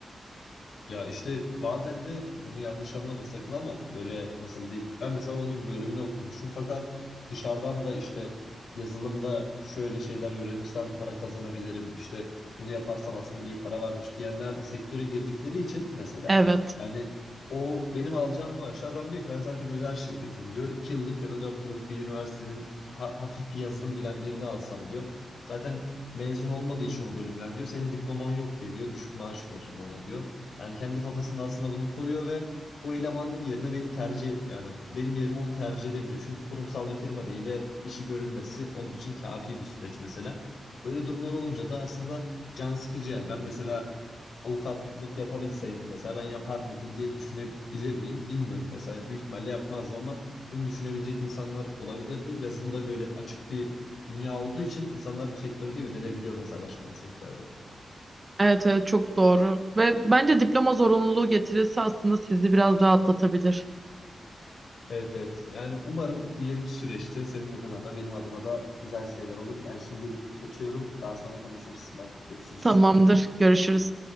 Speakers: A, on the left; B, on the right.
A: Ya işte bazen de bunu yanlış anlama sakın ama böyle nasıl diyeyim. Ben mesela onun bölümünü okumuşum fakat dışarıdan da işte yazılımda şöyle şeyler öğrenirsem para kazanabilirim. İşte bunu yaparsam aslında iyi para varmış diyenler de sektöre girdikleri için mesela
B: Evet.
A: yani o benim alacağım maaşı adam diyor ki ben zaten özel şirketim diyor. iki yıllık ya da 4 yıllık bir üniversitenin ha- hafif bir yazılım bilen birini alsam diyor. Zaten mezun olmadığı için o bölümden diyor. Senin diploman yok diye diyor. Düşük maaş veririm ona diyor. Yani kendi kafasında aslında bunu kuruyor ve o elemanın yerine beni tercih yani benim yerime onu tercih edebiliyor. Çünkü kurumsal bir firma değil ve işi görülmesi onun için kafi bir süreç mesela. Böyle durumlar olunca da aslında can sıkıcı yani. Ben mesela avukatlık yapabilseydim mesela ben yapar mıydım diye düşünebilir miyim bilmiyorum mesela. Büyük ihtimalle yapmazdım ama bunu düşünebilecek insanlar olabilirdi. Yazılımda böyle açık bir dünya olduğu için insanlar bu sektörü de yönelebiliyor mesela başka mesleklerde.
B: Evet evet çok doğru. Ve bence diploma zorunluluğu getirirse aslında sizi biraz rahatlatabilir.
A: Evet evet. Yani umarım ileriki süreçte senin adına da benim adıma da güzel şeyler olur. Ben şimdilik kaçıyorum. Daha sonra konuşuruz. Simay. Görüşürüz.
B: Tamamdır. Görüşürüz.